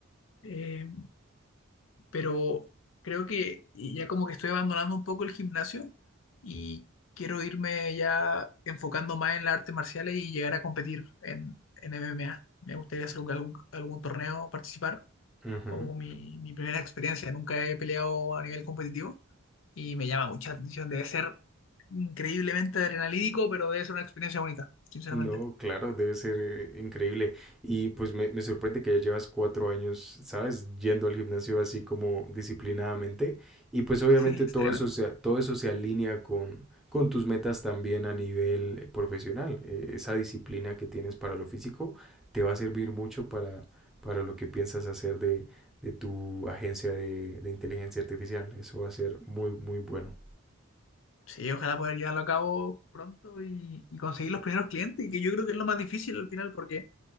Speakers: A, on the left; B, in the centre.
A: Eh, pero creo que ya como que estoy abandonando un poco el gimnasio y quiero irme ya enfocando más en las artes marciales y llegar a competir en, en MMA. Me gustaría hacer un- algún, algún torneo, participar,
B: Ujú.
A: como mi, mi primera experiencia. Nunca he peleado a nivel competitivo y me llama mucha atención. Debe ser increíblemente adrenalídico, pero debe ser una experiencia única, sinceramente.
B: No, claro, debe ser eh, increíble. Y pues me, me sorprende que ya llevas cuatro años, ¿sabes? Yendo al gimnasio así como disciplinadamente. Y pues obviamente
A: Sí,
B: todo
A: seriamente.
B: eso se, todo eso se alinea con, con tus metas también a nivel eh, profesional. Eh, esa disciplina que tienes para lo físico te va a servir mucho para, para lo que piensas hacer de, de tu agencia de, de inteligencia artificial. Eso va a ser muy, muy bueno.
A: Sí, ojalá poder llevarlo a cabo pronto y, y conseguir los primeros clientes, que yo creo que es lo más difícil al final, porque